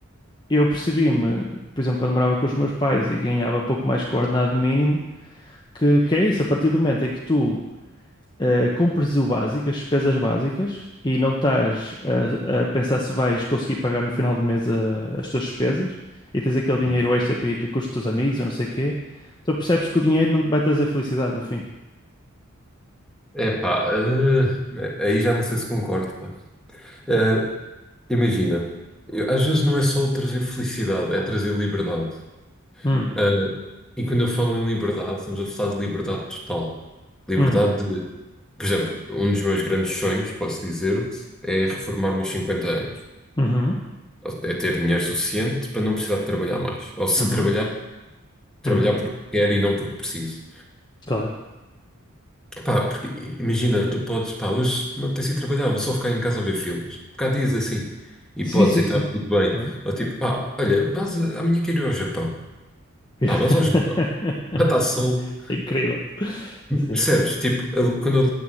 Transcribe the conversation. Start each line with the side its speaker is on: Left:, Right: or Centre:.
Left: eu percebi-me, por exemplo, quando morava com os meus pais e ganhava pouco mais que o ordenado mínimo que, que é isso, a partir do momento em que tu eh, compres o básico, as despesas básicas, e não estás a, a pensar se vais conseguir pagar no final do mês a- as tuas despesas, e tens aquele dinheiro
Centre: Sim.
Left: extra para ir com os teus amigos, eu não sei o quê, tu percebes que o dinheiro não te vai trazer felicidade no fim.
Centre: É pá, eh, aí já não sei se concordo, pá. Eh, imagina, eu- às vezes não é só o trazer felicidade, é trazer liberdade.
Left: Hum,
Centre: Eh, e quando eu falo em liberdade, estamos a falar de liberdade total. Liberdade
Left: hum,
Centre: de, por exemplo, um dos meus grandes sonhos, posso dizer-te, é reformar-me aos 50 anos.
Left: uhum,
Centre: É ter dinheiro suficiente para não precisar de trabalhar mais. Ou se
Left: uhum,
Centre: trabalhar, trabalhar
Left: uhum.
Centre: porque quero e não porque preciso.
Left: Claro,
Centre: Pá, porque imagina, tu podes, pá, hoje não tens ido trabalhar, vou só ficar em casa a ver filmes. Porque há dias assim. E
Left: Sim,
Centre: podes
Left: sim,
Centre: e está
Left: sim.
Centre: tudo bem.
Left: claro.
Centre: Ou tipo, pá, olha, vais a- amanhã quero ir ao Japão.
Left: Yeah.
Centre: Pá, vais ao Japão.
Left: <laughs>
Centre: <laughs> Lá está sol.
Left: É incrível. Sim.
Centre: Percebes? Tipo, eu- quando eu,